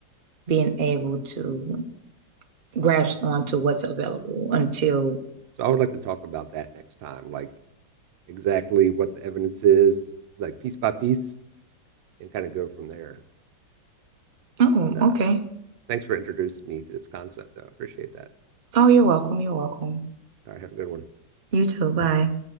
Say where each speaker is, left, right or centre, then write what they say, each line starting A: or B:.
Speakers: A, on the right; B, on the right.
A: being able to grasp onto what's available until,
B: So I would like to talk about that next time, like exactly what the evidence is, like piece by piece, and kind of go from there.
A: oh,
B: But uh,
A: okay.
B: thanks for introducing me to this concept, though. I appreciate that.
A: Oh, you're welcome. You're welcome.
B: All right. Have a good one.
A: You too. Bye.